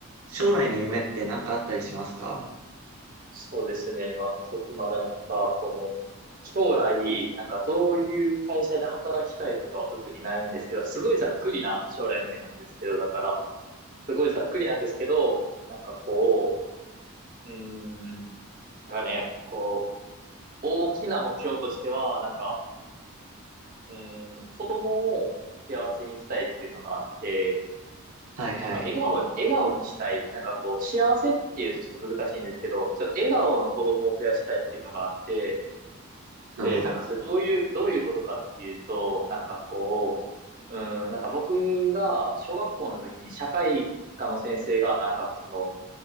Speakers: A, on the right; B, on the right.
A: 将来の夢って何かあったりしますか
B: そうですね。まあ、僕まだなんか、この、将来、なんかどういう会社で働きたいとかは特にないんですけど、すごいざっくりな将来の夢なんですけど、だから、すごいざっくりなんですけど、なんかこう、うーん、なんかね、こう、大きな目標としては、なんか、うーん、子供を幸せにしたいっていうのがあって、
A: はいはい。
B: なんか笑顔、笑顔にしたい。なんかこう、幸せっていうとちょっと難しいんですけど、ちょ、笑顔の子供を増やしたいっていうのがあって、
A: なるほど。
B: で、なんかそれどういう、どういうことかっていうと、なんかこう、うん、なんか僕が小学校の時に社会科の先生が、なんかその、